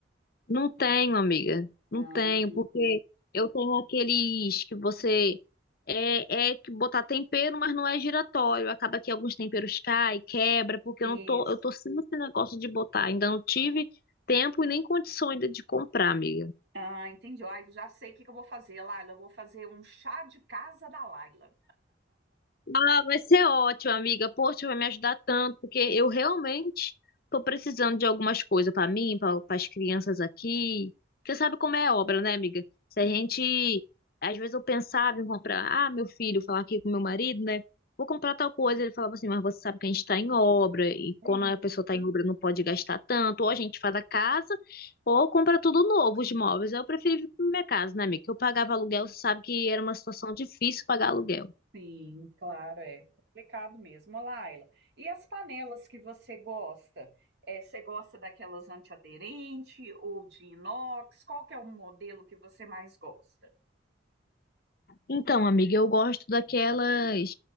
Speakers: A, on the left (about 50°); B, on the right (about 60°).
A: Não tenho, amiga. Não
B: Ah,
A: tenho, porque eu tenho aqueles que você é, é que botar tempero, mas não é giratório. Acaba que alguns temperos caem, quebra, porque
B: isso.
A: eu não tô, eu tô sem esse negócio de botar. Ainda não tive tempo e nem condições de de comprar, amiga.
B: Ah, entendi. Ai, eu já sei o que que eu vou fazer, Laila. Eu vou fazer um chá de casa da Laila.
A: Ah, vai ser ótimo, amiga. Poxa, vai me ajudar tanto, porque eu realmente tô precisando de algumas coisas para mim, para as crianças aqui. Você sabe como é obra, né, amiga? Se
B: Sim.
A: a gente, às vezes eu pensava em comprar, ah, meu filho, falar aqui com meu marido, né? Vou comprar tal coisa. Ele falava assim, mas você sabe que a gente está em obra, e
B: Isso.
A: quando a pessoa está em obra não pode gastar tanto, ou a gente faz a casa, ou compra tudo novo, os móveis. Eu preferi vir pra minha casa, né, amiga? Eu pagava aluguel, você sabe que era uma situação difícil pagar aluguel.
B: Sim, claro, é complicado mesmo. Ô, Laila, e as panelas que você gosta? É, você gosta daquelas antiaderente ou de inox? Qual que é o modelo que você mais gosta?
A: Então, amiga, eu gosto daquelas